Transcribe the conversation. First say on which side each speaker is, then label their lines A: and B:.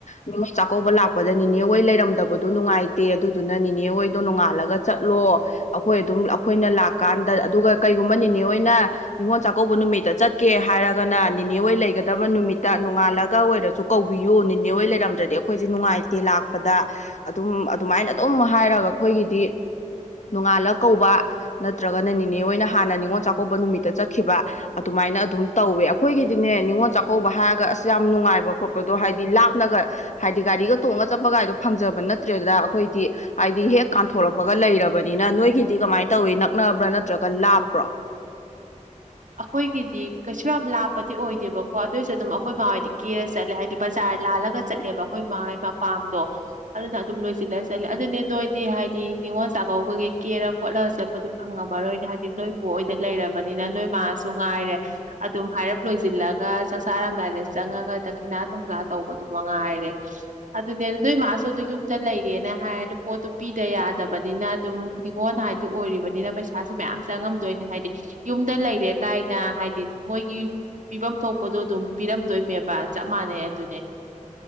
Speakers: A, on the left; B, on the right.
A: ꯉꯣ ꯆꯥꯛꯀꯧꯕ ꯂꯥꯛꯄꯗ ꯅꯤꯅꯦ ꯍꯣꯏ ꯂꯩꯔꯝꯗꯕꯗꯣ ꯅꯨꯡꯉꯥꯏꯇꯦ ꯑꯗꯨꯗꯨꯅ ꯅꯦ ꯍꯣꯏꯗꯣ ꯅꯣꯡꯉꯥꯜꯂꯒ ꯆꯠꯂꯣ ꯑꯩꯈꯣꯏ ꯑꯗꯨꯝ ꯑꯩꯈꯣꯏꯅ ꯂꯥꯛꯀꯥꯟꯗ ꯑꯗꯨꯒ ꯀꯩꯒꯨꯝꯕ ꯦꯅꯦ ꯍ ꯑꯣꯏꯅ ꯅꯤꯉꯣꯜ ꯆꯥꯛꯀꯧꯕ ꯅꯨꯃꯤꯠꯇ ꯆꯠꯀꯦ ꯍꯥꯏꯔꯒꯅ ꯅꯦꯅꯦꯣꯏ ꯂꯩꯒꯗꯕ ꯅꯨꯃꯤꯠꯇ ꯅꯣꯡꯉꯥꯜꯂꯒ ꯑꯣꯏꯔꯁꯨ ꯀꯧꯕꯤꯌꯨ ꯅꯦꯅꯦꯣꯏ ꯂꯩꯔꯝꯗ꯭ꯔꯗꯤ ꯑꯩꯈꯣꯏꯁꯦ ꯅꯨꯡꯉꯥꯏꯇꯦ ꯂꯥꯛꯄꯗ ꯑꯗꯨꯝ ꯑꯗꯨꯃꯥꯏꯅ ꯑꯗꯨꯝ ꯍꯥꯏꯔꯒ ꯑꯩꯈꯣꯏꯒꯤꯗꯤ ꯅꯣꯡꯉꯥꯜꯂ ꯀꯧꯕ ꯅꯠꯇ꯭ꯔꯒꯅ ꯦꯅꯦ ꯑꯣꯏꯅ ꯍꯥꯟꯅ ꯅꯤꯉꯣꯜ ꯆꯥꯛꯀꯧꯕ ꯅꯨꯃꯤꯠꯇ ꯆꯠꯈꯤꯕ ꯑꯗꯨꯃꯥꯏꯅ ꯑꯗꯨꯝ ꯇꯧꯋꯦ ꯑꯩꯈꯣꯏꯒꯤꯗꯤꯅꯦ ꯅꯤꯉꯣꯜ ꯆꯥꯛꯀꯧꯕ ꯍꯥꯏꯔꯒ ꯑꯁ ꯌꯥꯝ ꯅꯨꯡꯉꯥꯏꯕ ꯈꯣꯠꯄꯗꯣ ꯍꯥꯏꯗꯤ ꯂꯥꯞꯅꯒ ꯍꯥꯏꯗꯤ ꯒꯥꯔꯤꯒ ꯇꯣꯡꯉꯒ ꯆꯠꯄꯒꯥꯏꯗꯣ ꯐꯪꯖꯕ ꯅꯠꯇ꯭ꯔꯦꯗ ꯑꯩꯈꯣꯏꯗꯤ ꯍꯥꯏꯗꯤ ꯍꯦꯛ ꯀꯥꯟꯊꯣꯔꯛꯄ ꯒ ꯂꯩꯔꯕꯅꯤꯅ ꯅꯣꯏꯒꯤꯗꯤ ꯀꯃꯥꯏꯅ ꯇꯧꯋꯤ ꯅꯛꯅꯕ꯭ꯔꯥ ꯅꯠꯇ꯭ꯔꯒ ꯂꯥꯞꯄ꯭ꯔꯣ
B: ꯑꯩꯈꯣꯏꯒꯤꯗꯤ ꯀꯩꯁꯨ ꯌꯥꯝ ꯂꯥꯞꯄꯗꯤ ꯑꯣꯏꯗꯦꯕꯀꯣ ꯑꯗꯨꯑꯣꯏꯁꯨ ꯑꯗꯨꯝ ꯑꯩꯈꯣꯏ ꯃꯥꯣꯏꯗꯤ ꯀꯦꯔ ꯆꯠꯂꯦ ꯍꯥꯏꯕꯗꯤ ꯕꯖꯥꯔ ꯂꯥꯜꯂꯒ ꯆꯠꯂꯦꯕ ꯑꯩꯈꯣꯏ ꯃꯥꯒꯤ ꯃꯄꯥꯝꯗꯣ ꯑꯗꯨꯅ ꯑꯗꯨꯝ ꯂꯣꯏꯁꯤꯜꯂ ꯆꯠꯂꯦ ꯑꯗꯨꯅꯦ ꯅꯣꯏꯗꯤ ꯍꯥꯏꯗꯤ ꯅꯤꯉꯣꯜ ꯆꯥꯛꯀꯧꯕꯒꯤ ꯀꯦꯔ ꯈꯣꯠꯂꯒ ꯆꯠꯄꯗꯨ ꯐꯪꯉꯝꯃꯔꯣꯏꯅꯦ ꯍꯥꯏꯗꯤ ꯅꯣꯏ ꯄꯣꯛꯣꯏꯗ ꯂꯩꯔꯕꯅꯤꯅ ꯅꯣꯏ ꯃꯥꯁꯨ ꯉꯥꯏꯔꯦ ꯑꯗꯨꯝ ꯍꯥꯏꯔꯞ ꯂꯣꯏꯁꯤꯜꯂꯒ ꯆꯥꯛ ꯆꯔꯝꯗꯥꯏꯗ ꯆꯪꯉꯒ ꯗꯈꯤꯅꯥ ꯊꯨꯝꯖꯥ ꯇꯧꯕꯗꯨ ꯃꯉꯥꯏꯔꯦ ꯑꯗꯨꯅꯦ ꯅꯣꯏ ꯃꯥꯁꯨ ꯑꯗꯨ ꯌꯨꯝꯗ ꯂꯩꯔꯦꯅ ꯍꯥꯏꯔꯗ ꯄꯣꯠꯇꯨ ꯄꯤꯗ ꯌꯥꯗꯕꯅꯤꯅ ꯑꯗꯨꯝ ꯅꯤꯉꯣꯟꯜ ꯍꯥꯏꯗꯤ ꯑꯣꯏꯔꯤꯕꯅꯤꯅ ꯄꯩꯁꯥꯥꯁ ꯃꯌꯥꯝ ꯆꯪꯉꯝꯗꯣꯏꯅꯦ ꯍꯥꯏꯗꯤ ꯌꯨꯝꯗ ꯂꯩ ꯀꯥꯏꯅ ꯍꯥꯏꯗꯤ ꯃꯣꯏꯒꯤ ꯄꯤꯐꯝ ꯊꯣꯛꯄꯗꯣ ꯑꯗꯨꯝ ꯄꯤꯔꯝꯗꯣꯏꯅꯦꯕ ꯆꯞ ꯃꯥꯟꯅꯩ ꯑꯗꯨꯅꯦ